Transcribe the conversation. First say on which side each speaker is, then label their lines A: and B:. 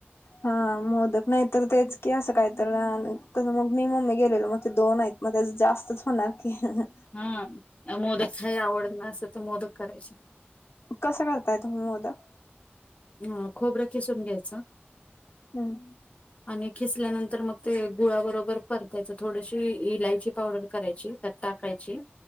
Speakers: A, on the left (about 85°); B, on the left (about 30°).
A: हा मोदक नाहीत तेच की असं काहीत कसं अ.. तर मी मम्मी गेलेलो मग ते दोन आहेत. मग त्याचं जास्तच होणार की ह्.. ह्..
B: हा.. मोदक हाय आवड ना असं तर मोदक करायची.
A: कसं करताय तुम्ही मोदक?
B: ह.. खोबरं खिसून घ्यायच.
A: हम्
B: आणि किसल्यानंतर मग ते गुळाबरोबर परतायच थोडशी इलायची पावडर करायची तर टाकायची,